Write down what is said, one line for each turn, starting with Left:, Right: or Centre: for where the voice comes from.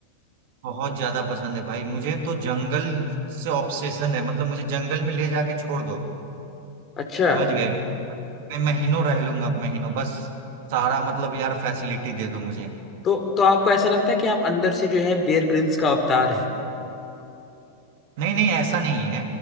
Right: बहुत ज्यादा पसंद है भाई मुझे तो जंगल से ऑब्सेशन है मतलब मुझे जंगल में ले जाके छोड़ दो
Left: अच्छा
Right: समझ गए मैं महीनों रह लूंगा महीनों बस सारा मतलब यार फैसिलिटी दे दो मुझे
Left: तो तो आपको ऐसा लगता है कि आप अंदर से जो है बियर ग्रिल्स का अवतार है
Right: नहीं नहीं ऐसा नहीं है